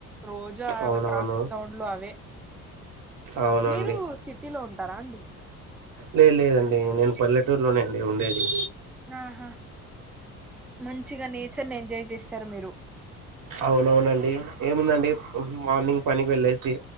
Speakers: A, in the centre; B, on the right.
A: రోజా అ
B: అవునవును
A: ట్రాఫిక్ సౌండ్లు అవే,
B: అవునండి
A: మీరు సిటీలో ఉంటారా అండి.
B: లేదు లేదండి నేను పల్లెటూరులోనే అండి ఉండేది
A: ఆహా మంచిగా నేచర్ ని ఎంజాయ్ చేస్తారు మీరు
B: అవును అవునండి ఏముందండి మార్నింగ్ పనికి వెళ్ళేసి